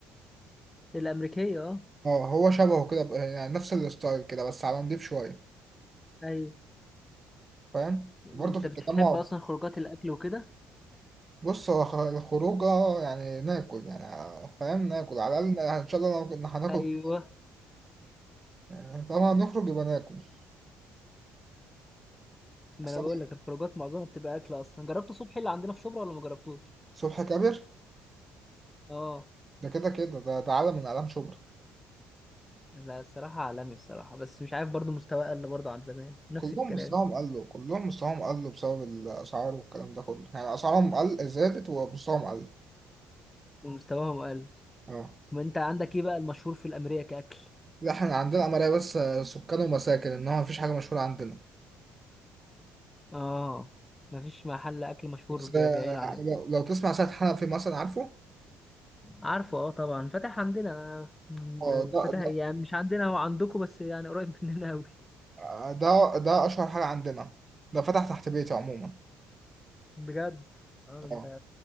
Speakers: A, on the left; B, on the right.
A: الامريكيه اه
B: اه هو شبهه كده ب- يعني نفس الستايل كده بس على نضيف شويه
A: ايوه
B: فاهم
A: انت
B: وبرضه في التجمع
A: بتحب اصلا خروجات الاكل وكده
B: بص هو خ- الخروجة يعني ناكل يعني فاهم ناكل على الأقل إن شاء الله لو كنا هناكل
A: ايوه
B: يعني طبعا نخرج يبقى ناكل
A: ما
B: بس
A: انا
B: طبعاً
A: بقول لك الخروجات معظمها بتبقى اكل اصلا جربت صبحي اللي عندنا في شبرا ولا ما جربتوش
B: صبحي كابر
A: اه
B: ده كده كده ده ده عالم من أعلام شبرا
A: لا الصراحه عالمي الصراحه بس مش عارف برضو مستواه قل برضو عن زمان نفس
B: كلهم
A: الكلام
B: مستواهم قلوا كلهم مستواهم قلوا بسبب الأسعار والكلام ده كله يعني أسعارهم قل زادت ومستواهم قل
A: ومستواهم قل
B: اه
A: ما انت عندك ايه بقى المشهور في الامريكا كاكل
B: لا احنا عندنا عملية بس آه، سكان ومساكن إنما مفيش حاجة مشهورة عندنا
A: اه مفيش محل اكل مشهور
B: بس
A: ب-
B: آه،
A: بعينه عندك
B: لو لو تسمع سيد حنفي مثلا عارفه
A: عارفه اه طبعا فتح عندنا
B: اه ده
A: فتح
B: ده
A: يعني مش عندنا هو عندكم بس يعني قريب <laughs> مننا قوي
B: آه، ده ده أشهر حاجة عندنا ده فتح تحت بيتي عموما
A: بجد اه انت
B: اه